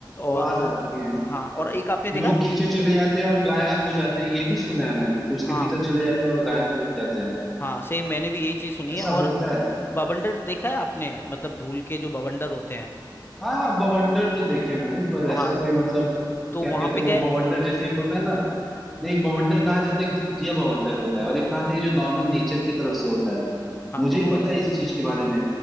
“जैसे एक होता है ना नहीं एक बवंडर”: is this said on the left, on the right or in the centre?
Centre